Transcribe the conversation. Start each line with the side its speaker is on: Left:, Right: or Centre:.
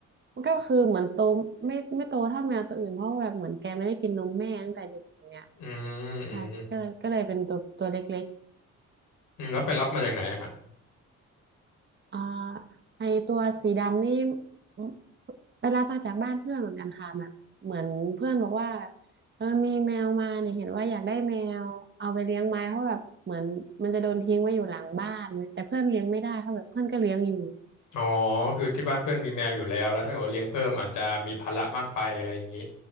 Right: มันก็คือเหมือนโตไม่ไม่โตเท่าแมวตัวอื่นเพราะว่าแบบเหมือนแกไม่ได้กินนมแม่ตั้งแต่เด็กอย่างเงี้ย
Left: อืมอืม
Right: ใช่ก็เลยก็เลยเป็นตัวตัวเล็ก
Left: อืมแล้วไปรับมาจากไหนอะฮะ
Right: อ่าไอตัวสีดำนี่อไปรับมาจากบ้านเพื่อนเหมือนกันค่ะแบบเหมือนเพื่อนบอกว่าเออมีแมวมาเนี่ยเห็นว่าอยากได้แมวเอาไปเลี้ยงไหมเพราะแบบเหมือนมันจะโดนทิ้งไว้อยู่หลังบ้านแต่เพื่อนเลี้ยงไม่ได้เพราะแบบเพื่อนก็เลี้ยงอยู่
Left: อ๋อคือที่บ้านเพื่อนมีแมวอยู่แล้วแล้วถ้าเกิดว่าเลี้ยงเพิ่มอาจจะมีภาระมากไปอะไรอย่างนี้